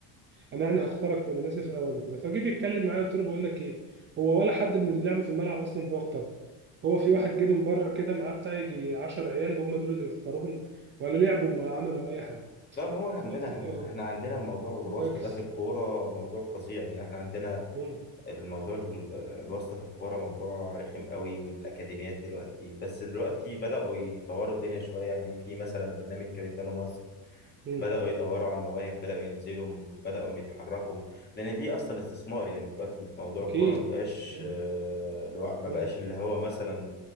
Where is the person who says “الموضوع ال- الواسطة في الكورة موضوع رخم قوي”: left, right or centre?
Left